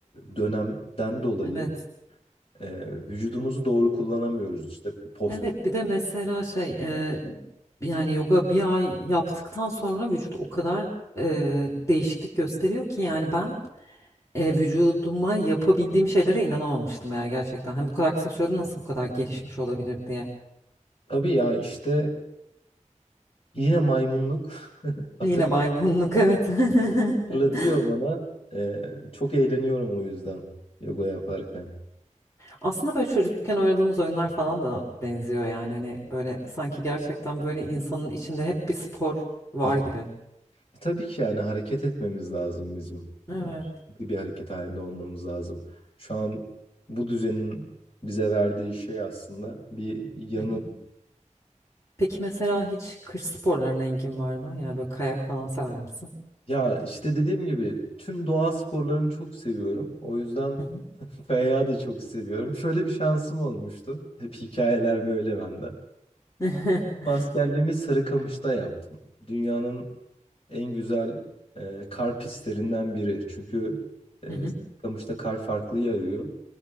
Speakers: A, on the left; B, on the left.
A: dönemden dolayı
B: Evet.
A: e, vücudumuzu doğru kullanamıyoruz. İşte post.
B: Evet, bir de mesela şey eee, yani yoga bir ay yaptıktan sonra vücut o kadar eee, değişiklik gösteriyor ki yani ben eee, vücuduma yapabildiğim şeylere inanamamıştım yani gerçekten. Hani bu kadar kısa sürede nasıl bu kadar gelişmiş olabilir diye.
A: Tabii ya işte yine maymunluk <laughs>
B: Yine maymunluk evet.
A: hatırlatıyor
B: <laughs>
A: bana. E, çok eğleniyorum o yüzden yoga yaparken.
B: Aslında böyle çocukken oynadığımız oyunlar falan da benziyor yani hani böyle sanki gerçekten böyle insanın içinde hep bir spor var
A: <laughs>
B: gibi.
A: E, tabii ki yani hareket etmemiz lazım bizim.
B: Evet.
A: Yani sürekli bir hareket halinde olmamız lazım. Şu an bu düzenin bize verdiği şey aslında bir yanı.
B: Hı hı. Peki mesela hiç kış sporlarına ilgin var mı? Yani böyle kayak falan sever misin?
A: Ya işte dediğim gibi tüm doğa sporlarını çok seviyorum. O yüzden
B: Hı hı.
A: <laughs> kayağı da çok seviyorum. Şöyle bir şansım olmuştu. Hep hikayeler böyle bende.
B: <laughs>
A: Askerliğimi Sarıkamış'ta yaptım. Dünyanın en güzel e, kar pistlerinden biri. Çünkü e,
B: Hı hı.
A: Sarıkamış'ta kar farklı yağıyor.